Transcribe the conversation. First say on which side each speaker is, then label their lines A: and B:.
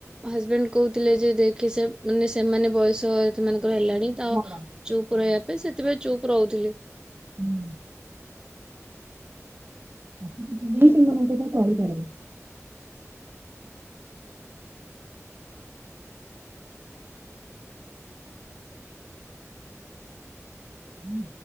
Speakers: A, on the right; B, on the right.
A: ହଜବେଣ୍ଡ କୋହୁଥିଲେ ଯେ ଦେଖେ ସେ ମାନେ ସେମାନେ ବୟସ ସେମାନଙ୍କର ହେଲାଣି ତ
B: ବଡ
A: ଚୁପ୍ ରହିବା ପାଇଁ ସେଥିପାଇଁ ଚୁପ୍ ରହୁଥିଲି।
B: ହୁଁ। ଆସିକି <unintelligible> ସେମାନଙ୍କ ସହ ଚଳିପାରିବୁ। ହୁଁ।